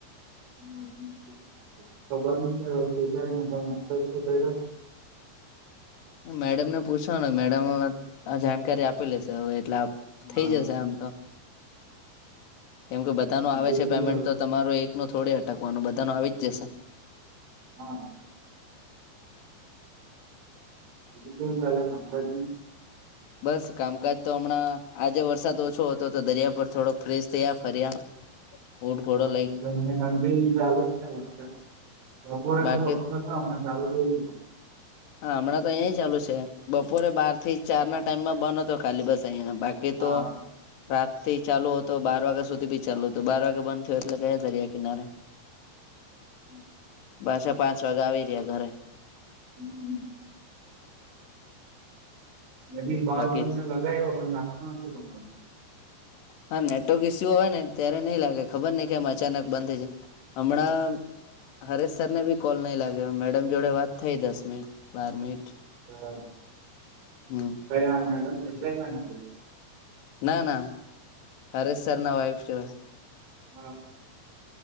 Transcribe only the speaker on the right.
હમ ખબર સુું થાય અંદ તો ગ જ
હા
બીજું
શું
ચાલે
હા બલ ચાલે સતા ન
એ મને કપટાલ છેત તોપોરે
અમને ચાલુ થઈ ગ
ગયો
હા
હમ
હમ બદીી કલ
તમને લગાવ્યો પણ લાગતો નથી તમારો
હા
ક હા મેડમ જાય મેડમ
હા